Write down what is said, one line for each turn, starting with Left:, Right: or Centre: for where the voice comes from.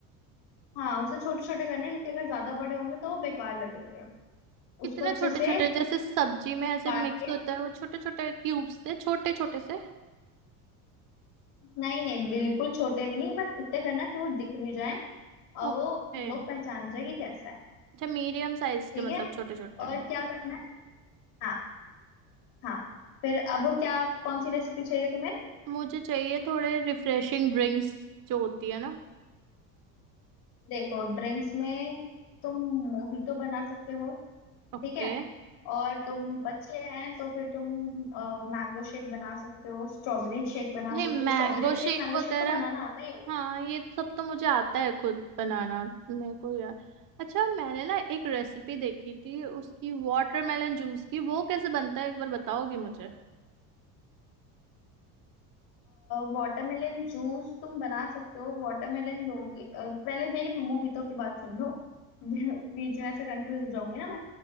Left: हाँ उसे छोटे छोटे करने हैं, क्योंकि अगर ज्यादा बड़े होंगे तो वो बेकार लगेंगे
Right: कितना
Left: उसको अच्छे
Right: छोटे
Left: से
Right: छोटे जैसे सब्जी में ऐसे
Left: काट
Right: मिक्स
Left: के
Right: होता है वो छोटे छोटे क्यूब्स से छोटे छोटे से
Left: नहीं नहीं बिल्कुल छोटे भी नहीं बस इतने करना कि वो दिख भी जाए और
Right: ओके
Left: वो लोग पहचान जाए कि कैसा है
Right: अच्छा मीडियम साइज
Left: ठीक
Right: के मतलब
Left: है
Right: छोटे छोटे
Left: और क्या करना है हाँ हाँ फिर अब वो क्या कौन सी रेसिपी चाहिए तुम्हें
Right: मुझे चाहिए थोड़े रिफ्रेशिंग ड्रिंक्स जो होती है ना
Left: देखो ड्रिंक्स में तुम मोहितो बना सकते हो
Right: ओके
Left: ठीक है और तुम बच्चे हैं तो फिर तुम मैंगो शेक बना सकते हो स्ट्रॉबेरी शेक बना
Right: नहीं
Left: सकते
Right: मैंगो
Left: हो स्ट्रॉबेरी
Right: शेक
Left: शेक मैंगो
Right: वगैरह
Left: शेक तो बनाना आता ही होगा
Right: हाँ ये सब तो मुझे आता है खुद बनाना मेरे को यार अच्छा मैंने ना एक रेसिपी देखी थी उसकी वाटरमेलन जूस की वो कैसे बनता है एक बार बताओगी मुझे
Left: वाटरमेलन जूस तुम बना सकते हो वाटरमेलन लोगे अ, पहले मेरी मोहितो की बात सुन लो <laughs> बीच में ऐसे कंफ्यूज हो जाऊंगी ना मैं